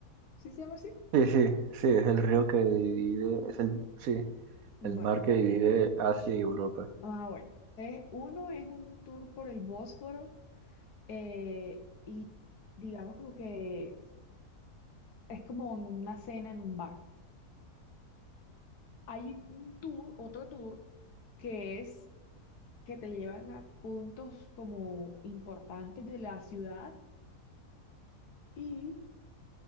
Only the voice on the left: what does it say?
¿Sí se llama así?
Bueno.
Ah, bueno. Entonces, uno es un tour por el Bósforo eh, y digamos como que es como en una cena en un barco. Hay un tour, otro tour, que es que te llevan a puntos como importantes de la ciudad y